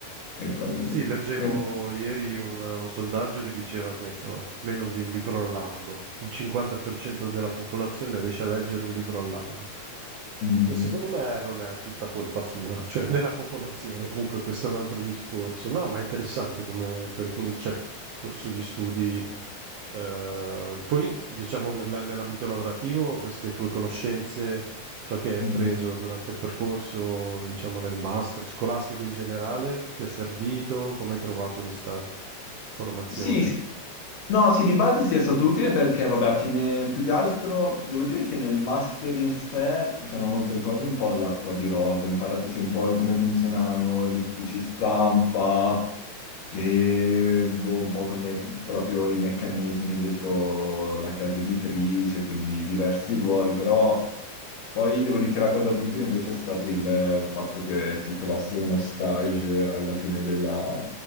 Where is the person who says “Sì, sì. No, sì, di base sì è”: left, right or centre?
Left